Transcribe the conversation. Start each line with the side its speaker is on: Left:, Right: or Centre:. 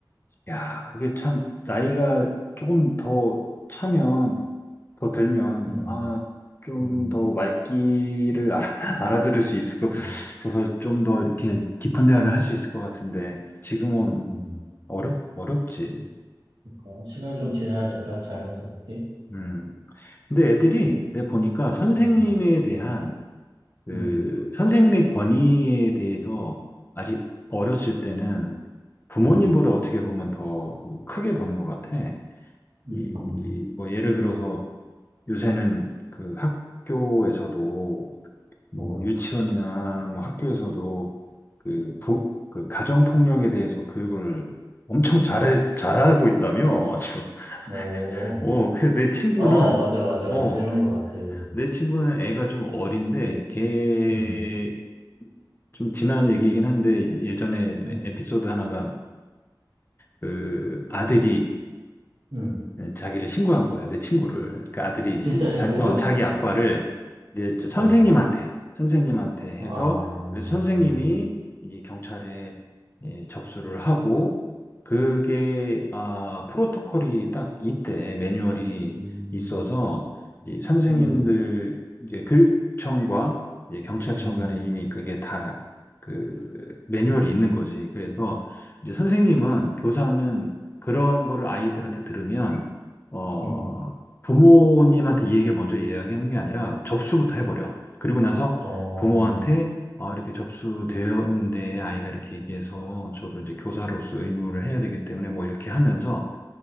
Left: 야, 그게 참, 나이가 조금 더 차면, 더 들면,
Right: 지금.
Left: 아, 좀
Right: 음,
Left: 더 말귀를 알아, <laughs> 알아들을 수 있을 것,
Right: 음,
Left: 그서좀 더 이렇게 깊은 대화를 할 수 있을 것 같은데, 지금은
Right: 음.
Left: 어렵, 어렵지.
Right: 그러니까 시간이 좀 지나야 될까? 자연스럽게.
Left: 음. 근데 애들이, 내가 보니까 선생님에
Right: 음,
Left: 대한, 그,
Right: 음,
Left: 선생님의 권위에 대해서 아직 어렸을 때는 부모님보다
Right: 음,
Left: 어떻게 보면 더 그 크게 보는 것 같아. 이,
Right: 음,
Left: 뭐 예를 들어서 요새는 그 학교에서도 뭐
Right: 음.
Left: 유치원이나 뭐 학교에서도 그, 부, 그 가정폭력에 대해서 교육을 엄청 잘 잘하고 있다며 아주
Right: 뭐,
Left: 어 그 내 친구는
Right: 아 맞아, 맞아.
Left: 어
Right: 배운 것 같아, 그래도.
Left: 내 친구는 애가 좀 어린데 걔
Right: 음,
Left: 좀 지난 얘기이긴 한데 예전에
Right: 음,
Left: 에피소드 하나가 그 아들이
Right: 음.
Left: 음, 자기를 신고한 거야, 내 친구를. 그러니까 아들이 이제
Right: 진짜 신고로?
Left: 자, 어, 자기 아빠를 이제 저 선생님한테,
Right: 어,
Left: 선생님한테 해서,
Right: 아,
Left: 그래서
Right: 음,
Left: 선생님이 이제 경찰에 예, 접수를 하고, 그게, 아, 프로토콜이 딱 이때 매뉴얼이
Right: 음,
Left: 있어서, 이 선생님들,
Right: 음,
Left: 이제 교육청과 이제 경찰청
Right: 음,
Left: 간에 이미 그게 다 그 매뉴얼이 있는 거지. 그래서 이제 선생님은, 교사는 그런 거를 아이들한테 들으면 어,
Right: 음.
Left: 부모님한테 이 얘기를 먼저 이야기하는 게 아니라 접수부터 해버려. 그리고 나서
Right: 어,
Left: 부모한테 아, 이렇게 접수되었는데 아이가 이렇게 얘기해서 저도 이제 교사로서 의무를 해야 되기 때문에 뭐 이렇게 하면서